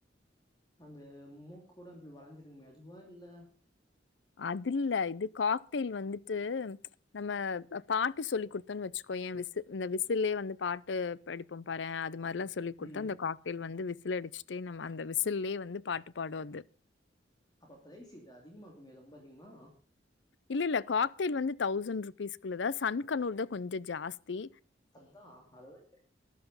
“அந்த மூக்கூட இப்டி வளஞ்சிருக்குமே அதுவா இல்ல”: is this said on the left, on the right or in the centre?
Left